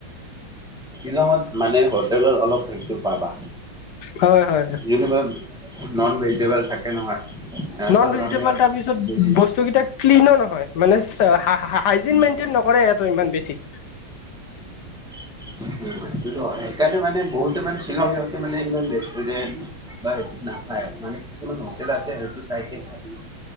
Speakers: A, in the centre; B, on the left.
A: শ্বিলঙত মানে হোটেলত অলপ হেৰিটো পাবা।
B: হয় হয়।
A: যেনিবা নন ভেজিটেবল থাকে নহয়। সিহঁতৰ
B: নন ভেজিটেবল
A: কাৰণে
B: তাৰ পিছত
A: হেৰি
B: বস্তুকেইটা ক্লিনো নহয় মানে। হাইজিন
A: উম,
B: মেইনটেইন নকৰে ইয়টো ইমান বেছি।
A: হয় <unintelligible> তো সেইকাৰণে মানে বহুতে মানে শ্বিলংতে মানে ইমান <unintelligible> মানে কিছুমান হোটেল আছে সেইটো চাইকে খাব